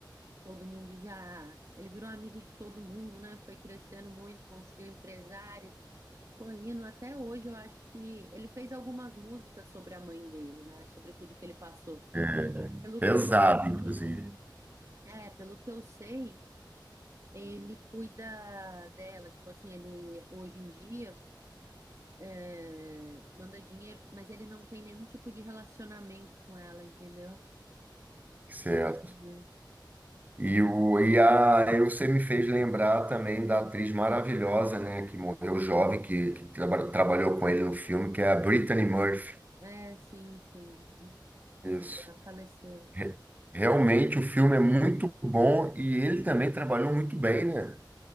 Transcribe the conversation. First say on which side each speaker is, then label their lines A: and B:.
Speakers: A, on the right (about 45°); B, on the right (about 20°).
A: Todo mundo já. Ele virou amigo de todo mundo, né? Foi crescendo muito, conseguiu um empresário. Correndo, até hoje eu acho que ele fez algumas músicas sobre a mãe dele, né? Sobre tudo que ele passou.
B: É,
A: Pelo
B: Pesado,
A: que eu sei,
B: inclusive.
A: é, pelo que eu sei, ele cuida dela. Tipo assim, ele hoje em dia é, manda dinheiro, mas ele não tem nenhum tipo de relacionamento com ela, entendeu?
B: Certo.
A: É,
B: E, o, e, a, e você me fez lembrar também da atriz maravilhosa, né, que morreu jovem, que, que traba- trabalhou com ele no filme, que é a Brittany Murphy.
A: É, sim, sim.
B: Isso.
A: Ela faleceu.
B: Re- Realmente o filme é muito bom e ele também trabalhou muito bem, né?